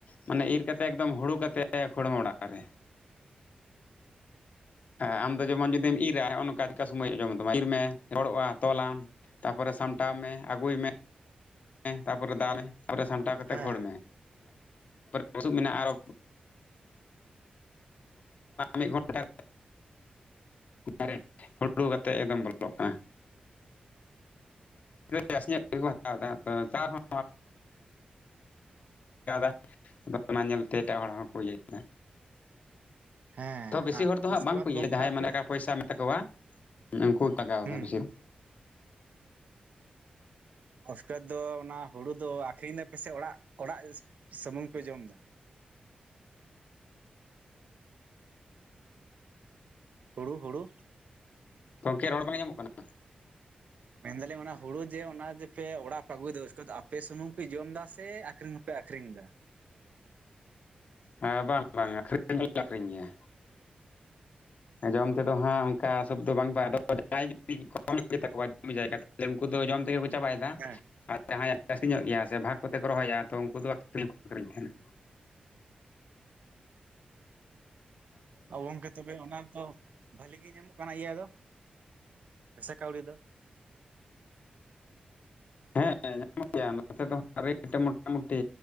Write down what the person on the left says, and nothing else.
ᱢᱟᱱᱮ ᱤᱨ ᱠᱟᱛᱮ ᱮᱠᱫᱚᱢ ᱦᱩᱲᱩ ᱠᱟᱛᱮᱫ <unintelligible> ᱚᱲᱟᱜ ᱨᱮ
ᱦᱮᱸ ᱟᱢ ᱫᱚ ᱡᱮᱢᱚᱱ ᱡᱩᱫᱤᱢ ᱤᱨ ᱱᱚᱜᱼᱚ ᱱᱚᱝᱠᱟ ᱪᱮᱠᱟ ᱥᱚᱢᱚᱭ ᱡᱚᱢᱚᱜ ᱛᱟᱢᱟ ᱤᱨ ᱢᱮ ᱨᱚᱲᱚᱜᱼᱟ ᱛᱚᱞᱟᱢ ᱛᱟᱨᱯᱚᱨᱮ ᱥᱟᱢᱴᱟᱣ ᱢᱮ ᱟᱹᱜᱩᱭ ᱢᱮ ᱛᱟᱨᱯᱚᱨᱮ <unintelligible> ᱢᱮ ᱛᱟᱨᱯᱚᱨᱮ ᱥᱟᱢᱴᱟᱣ ᱠᱟᱛᱮ
ᱠᱷᱚᱲ ᱢᱮ ᱵᱩᱥᱩᱵ ᱢᱮᱱᱟᱜᱼᱟ ᱟᱨᱚ ᱢᱤᱫ ᱜᱷᱚᱱᱴᱟ ᱰᱟᱭᱨᱮᱴ ᱦᱩᱰᱩ ᱠᱟᱛᱮᱫ ᱮᱫᱚᱢ ᱵᱚᱞᱚᱜ ᱠᱟᱱᱟ᱾ ᱤᱱᱠᱟᱹ ᱡᱟᱹᱥᱛᱤ ᱧᱚᱜ ᱜᱮᱠᱚ ᱦᱟᱛᱟᱣᱫᱟ ᱦᱚᱸ <unintelligible> <unintelligible> ᱚᱱᱟ ᱧᱮᱞᱛᱮ ᱮᱴᱟᱜ ᱦᱚᱲ ᱦᱚᱸᱠᱚ ᱤᱭᱟᱹᱟ
ᱛᱚ ᱵᱮᱥᱤ
ᱦᱚᱲ ᱫᱚ
ᱦᱟᱜ ᱵᱟᱝ
ᱠᱚ
ᱤᱭᱟ ᱡᱟᱦᱟᱸᱭ
ᱢᱟᱱᱮ ᱴᱟᱠᱟ ᱯᱚᱭᱥᱟ ᱛᱟᱠᱚᱣᱟ ᱩᱱᱠᱩ ᱠᱚᱣᱟᱜ
ᱜᱮ ᱠᱤᱪᱷᱩ
ᱜᱚᱢᱠᱮ ᱨᱚᱲ ᱵᱟᱝ ᱟᱸᱡᱚᱢᱚᱜ ᱠᱟᱱᱟ
ᱦᱮᱸ ᱵᱟᱝ ᱵᱟᱝ ᱟᱹᱠᱷᱨᱤᱧ ᱜᱮᱞᱮ ᱟᱠᱷᱨᱤᱧ ᱜᱮᱭᱟ ᱡᱚᱢ ᱛᱮᱫᱚ ᱦᱟᱸᱜ ᱚᱱᱠᱟ ᱥᱚᱵ ᱫᱚ ᱵᱟᱝ ᱪᱟᱜ ᱟ ᱟᱫᱚ ᱡᱟᱦᱟᱭ ᱡᱩᱫᱤ ᱠᱚᱢ ᱜᱮᱛᱟ ᱠᱚᱣᱟ ᱡᱚᱢᱤ ᱡᱟᱭᱜᱟ ᱛᱟᱦᱚᱞᱮ ᱩᱱᱠᱩ ᱫᱚ ᱡᱚᱢ ᱛᱮᱜᱮ ᱠᱚ ᱪᱟᱵᱟᱭᱮᱫᱟ
ᱟᱨ ᱟᱹᱠᱷᱨᱤᱧᱚᱜ ᱜᱮᱭᱟ ᱥᱮ ᱵᱷᱟᱜᱽ ᱠᱚᱛᱮ ᱠᱚ ᱨᱚᱦᱚᱭᱮᱫᱼᱟ ᱛᱚ ᱩᱱᱠᱩ ᱫᱚ ᱟᱹᱠᱷᱨᱤᱧ ᱦᱚ ᱠᱚ ᱟᱹᱠᱷᱨᱤᱧ ᱛᱟᱦᱮᱱᱟ ᱦᱮᱸ
ᱦᱮᱸᱮᱸ <unintelligible> ᱱᱚᱛᱮ ᱫᱚ ᱦᱟᱜ ᱨᱮᱴ ᱢᱚᱴᱟᱢᱩᱴᱤ